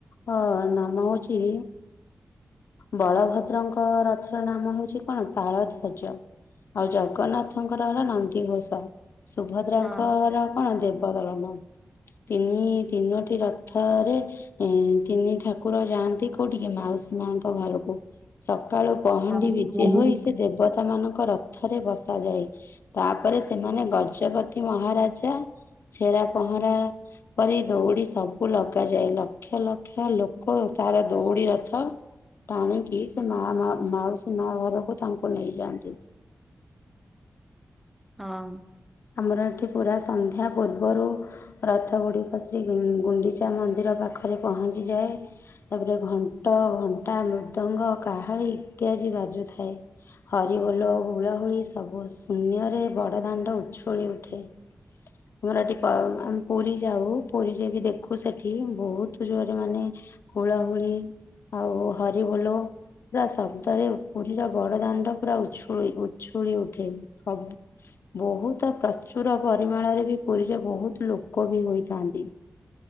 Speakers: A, on the left; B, in the centre.
A: ହଁ ନାମ ହଉଚି ବଳଭଦ୍ରଙ୍କ ରଥର ନାମ ହଉଚି କଣ ତାଳଧ୍ୱଜ। ଆଉ ଜଗନ୍ନାଥଙ୍କର ହେଲା ନନ୍ଦିଘୋଷ। ସୁଭଦ୍ରାଙ୍କର
B: ହଁ
A: କଣ ଦେବଦଳନ ତିନି ତିନୋଟି ରଥରେ ଏ ତିନି ଠାକୁର ଯାଆନ୍ତି କୋଉଠିକି ମାଉସୀ ମାଙ୍କ ଘରକୁ। ସକାଳୁ ପହଣ୍ଡି
B: ହଁ
A: ବିଜେ ହୋଇ ସେ ଦେବଦଳନଙ୍କ ରଥ ରେ ବସାଯାଏ। ତାପରେ ସେମାନେ ଗଜପତି ମହାରାଜା ଛେରା ପହଁରା ପରି ଦୌଡ଼ି ସବୁ ଲଗାଯାଏ। ଲକ୍ଷ ଲକ୍ଷ ଲୋକ ତାର ଦୌଡ଼ି ରଥ ଟାଣିକି ସେ ମା ମା ମାଉସି ମା ଘରକୁ ତାଙ୍କୁ ନେଇଯାଆନ୍ତି।
B: ହଁ।
A: ଆମର ଏଠି ପୁରା ସନ୍ଧ୍ୟା ପୂର୍ବ ପୂର୍ବରୁ ରଥଗୁଡ଼ିକ ଶ୍ରୀ ଗୁଣ୍ଡି ଗୁଣ୍ଡିଚା ମନ୍ଦିର ପାଖରେ ପହଞ୍ଚିଯାଏ। ତାପରେ ଘଣ୍ଟ ଘଣ୍ଟା ମୃଦଙ୍ଗ କାହାଳି ଇତ୍ୟାଦି ବାଜୁଥାଏ। ହରିବୋଲ ହୁଳହୁଳି ସବୁ ଶୂନ୍ୟରେ ବଡ଼ଦାଣ୍ଡ ଉଛୁଳି ଉଠେ। <unintelligible> ପୁରୀ ଯାଉ ପୁରୀରେ ବି ଦେଖୁ ସେଠି ବହୁତ ଜୋରରେ ମାନେ ହୁଳହୁଳି ଆଉ ହରିବୋଲ ପୁରା ଶବ୍ଦରେ ପୁରୀର ବଡ ଦାଣ୍ଡ ପୁରା ଉଛୁଳି ଉଛୁଳି ଉଠେ ସବ ବୋହୁତ ପ୍ରଚୁର ପରିମାଣରେ ବି ପୁରୀରେ ବୋହୁତ୍ ଲୋକ ବି ହୋଇଥାନ୍ତି।